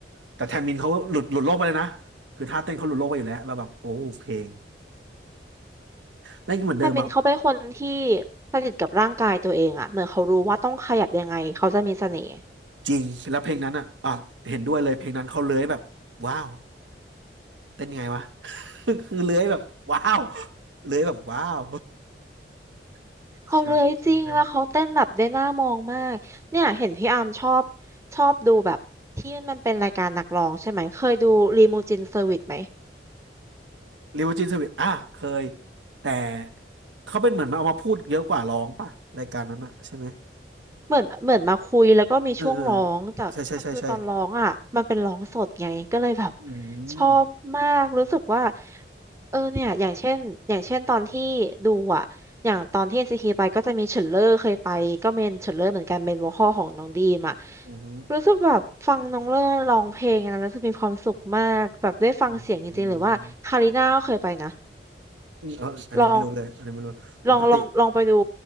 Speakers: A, on the right; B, on the right.
A: แต่แทมินเขาหลุดหลุดโลกไปเลยนะคือท่าเต้นเขาหลุดโลกไปอยู่แล้วเราแล้วแบบโอ้เพลงแล้วเหมือนเดิมอะ
B: ไามินเขาเป็นคนที่สนิทกับร่างกายตัวเองอะเหมือนเขารู้ว่าต้องขยับยังไง เขาจะมีเสน่ห์
A: จริงแล้วเพลงนั้นอ่ะอ่ะเห็นด้วยเลยเพลงนั้นเขาเลื้อยแบบว้าวเต้นยังไงวะ <laughs> คือ <laughs> เลื้อยแบบว้าวเลื้อยแบบว้าว <laughs>
B: เขาเลยจริงแล้วเขาเต้นแบบได้น่ามองมากเนี่ยเห็นพี่อาร์มชอบ
A: ใช่ใช่ใช่ใช่
B: ชอบดูแบบที่มันเป็นรายการนักร้องใช่ไหม เคยดูรีมูจินเซอร์วิสไหม
A: ลิมูจินสวิตอ่ะเคยแต่เขาเป็นเหมือนมาเอามาพูดเยอะกว่าร้องป่ะรายการนั้นอ่ะใช่ไหม
B: เหมือนเหมือนมาคุยแล้วก็มีช่วงร้องแต่แต่คือตอนร้องอ่ะมันเป็นร้องสดไงก็เลยแบบ
A: เออเออใช่ใช่ใช่ใช่อื
B: ชอบมากรู้สึกว่า
A: ม
B: เออเนี่ยอย่างเช่นอย่างเช่นตอนที่ดูอ่ะอย่างตอนที่ NCT ไปก็จะมีเฉินเล่อเคยไปก็เมนเฉินเล่อเหมือนกันเป็นโวอคอลของน้องดีมอ่ะ
A: อืม
B: รู้สึกแบบฟังน้องเล่อร้องเพลงนะรู้สึกมีความสุขมากแบบได้ฟังเสียงจริงๆหรือว่าคาริน่าก็เคยไปนะ
A: อืมอืมเอออันนี้ไม่รู้เลยอันนี้ไม่รู้ปกติ
B: ลองลองลองลองไปดู